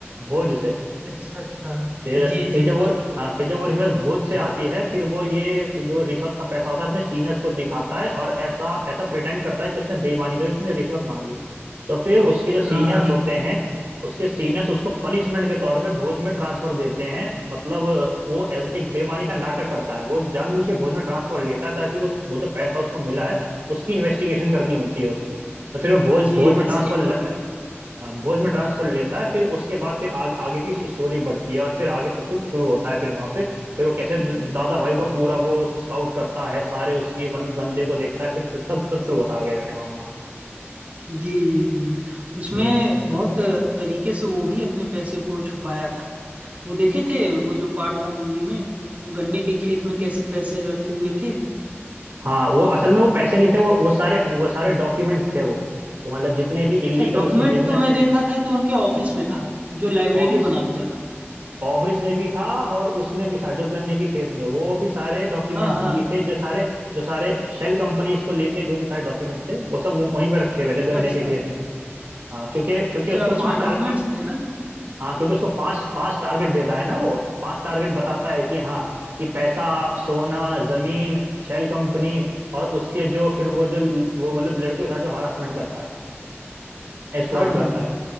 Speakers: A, on the right; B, on the right.
A: भोज से
B: अच्छा अच्छा
A: फिर
B: जी जी
A: फिर जब वो
B: जी
A: हाँ फिर जब वो रिश्वत भोज से आती है फिर वो ये फिर जो रिश्वत का पैसा होता है अपने सीनियर्स को दिखाता है और ऐसा ऐसा प्रिटेंड करता है कि उसने बेईमानी करी उसने रिश्वत मांगी तो फिर उसके जो सीनियर्स
B: हाँ हाँ,
A: होते हैं उसके सीनियर्स उसको पनिशमेंट के तौर पे भोज में ट्रांसफर देते हैं मतलब वो एज एक बेईमानी का नाटक करता है वो जानबूझ के भोज में ट्रांसफर लेता है ताकि उस वो जो पैसा उसको मिला है उसकी इन्वेस्टिगेशन करनी होती है उसको तो फिर वो भोज
B: जी
A: भोज
B: जी
A: में ट्रांसफर
B: सही बोल रहे
A: हाँ, भोज में ट्रांसफर लेता है फिर उसके बाद फिर आगे आगे की स्टोरी बढ़ती है और फिर आगे सब कुछ शुरू होता है फिर वहां पे फिर वो कैसे दादा भाई को पूरा वो स्काउट करता है सारे उसके मतलब धंधे को देखता है फिर तब तब शुरू होता है आगे जाके मामला
B: हैं जी जी जी उसमें
A: हम्म
B: बहुत तरीके से वो भी अपने पैसे को छुपाया था वो देखे थे वो जो पार्ट था मूवी में वो गन्ने के खेत में कैसे पैसे रखे हुए थे
A: हाँ वो असल में
B: याद
A: वो पैसे
B: है
A: नहीं थे वो वो सारे वो सारे डॉक्यूमेंट्स थे वो कि मतलब जितने भी
B: अच्छा
A: इलीगल
B: डॉक्यूमेंट
A: उसके बिजनेस
B: तो मैं देखा था कि उनके ऑफिस में था जो लाइब्रेरी
A: ऑफिस
B: बना दिया था
A: ऑफिस में भी था और उसमें भी था जो गन्ने के खेत में वो भी सारे डॉक्यूमेंट्स
B: हाँ हाँ
A: भी थे जो सारे जो सारे शेल कंपनीज को लेके जो भी सारे डॉक्यूमेंट्स थे वो सब वहीं पे रखे हुए
B: अच्छा
A: थे गन्ने
B: अच्छा
A: के खेत में हाँ क्योंकि क्योंकि
B: अच्छा
A: उसको
B: उसमें
A: पांच
B: डॉक्यूमेंट्स
A: टारगेट
B: थे ना
A: हाँ क्योंकि उसको पांच पांच टारगेट देता है ना वो पांच टारगेट बताता है कि हाँ कि पैसा सोना जमीन शेल कंपनी और उसके जो फिर वो जो वो मतलब लड़के के साथ जो हरासमेंट करता है एक्सप्लॉइट
B: हाँ
A: करता
B: हाँ हाँ,
A: है